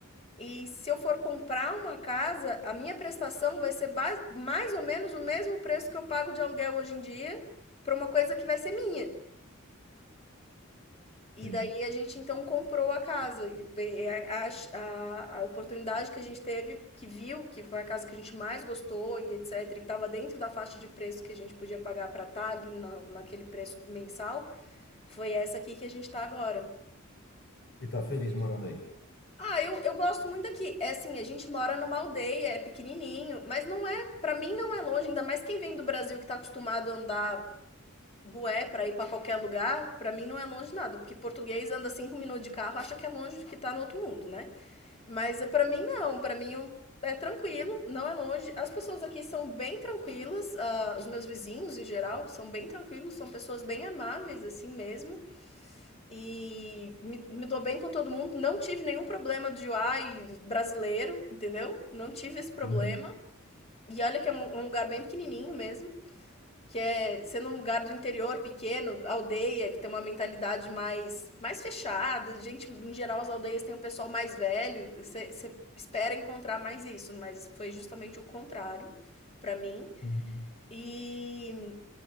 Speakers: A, on the left; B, on the left.
A: E se eu for comprar uma casa, a minha prestação vai ser ba- mais ou menos o mesmo preço que eu pago de aluguel hoje em dia para uma coisa que vai ser minha. E
B: Sim.
A: daí a gente então comprou a casa, e pe a a a oportunidade que a gente teve, que viu que foi a casa que a gente mais gostou e etcétera, e que estava dentro da faixa de preço que a gente podia pagar para estar ali na naquele preço mensal, foi essa aqui que a gente está agora.
B: E tá feliz morando aí.
A: Ah, eu eu gosto muito daqui. É assim, a gente mora numa aldeia, é pequenininho, mas não é pra mim não é longe, ainda mais quem vem do Brasil que tá acostumado a andar bué pra ir pra qualquer lugar, pra mim não é longe nada. Porque português anda cinco minutos de carro, acha que é longe, que tá no outro mundo, né? Mas é, pra mim não, pra mim é tranquilo, não é longe. As pessoas aqui são bem tranquilas, ah, os meus vizinhos em geral são bem tranquilos, são pessoas bem amáveis assim mesmo. E me, me dou bem com todo mundo, não tive nenhum problema de ai brasileiro, entendeu? Não tive esse problema.
B: Uhum,
A: E olha que é um um lugar bem pequenininho mesmo que é sendo um lugar do interior pequeno, aldeia, que tem uma mentalidade mais, mais fechada. Gente, em geral, as aldeias têm um pessoal mais velho. Você espera encontrar mais isso, mas foi justamente o contrário para mim.
B: uhum.
A: E,